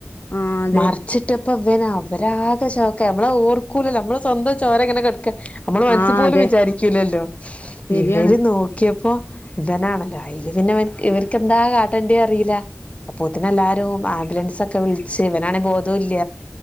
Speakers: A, on the left; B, on the left.
A: ആ അതെ
B: മർച്ച്ട്ടപ്പോ ഇവൻ. അവരാകെ ശ ക്കെ മ്മള ഓർക്കൂല്ലല്ലോ. നമ്മള് സ്വന്തം ചോരങ്ങനെ കെട്ക്കാ നമ്മള് മനസ്സ്
A: ആ
B: പോലും
A: അതെ
B: വിചാരിക്കൂലല്ലോ.
A: ശരിയാണ്
B: ഇവര് നോ ക്കിയപ്പോ ഇവനാണ്. അയില് പിന്നെ ഇവൻ, ഇവര്ക്കെന്താ കാട്ടെണ്ടെ അറീല്ല. അപ്പോത്ത്നെല്ലാരും ആംബുലൻസൊക്കെ വിൾച്ച് ഇവനാണെങ്കി ബോധുല്ല.